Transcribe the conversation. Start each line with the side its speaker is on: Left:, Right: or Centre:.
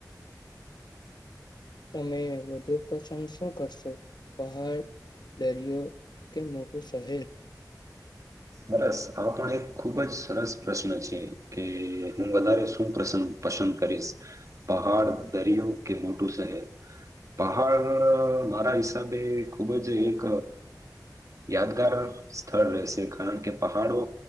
Left: તમે વધુ પસંદ શું કરશો પહાડ દરિયો કે મોટું શહેર
Right: સરસ આ પણ એક ખૂબ જ સરસ પ્રશ્ન છે કે હું વધારે શું પ્રસ પસંદ કરીશ પહાડ દરિયો કે મોટું શહેર પહાડ મારા હિસાબે ખુબ જ એક યાદગાર સ્થળ રહેશે કારણ કે પહાડો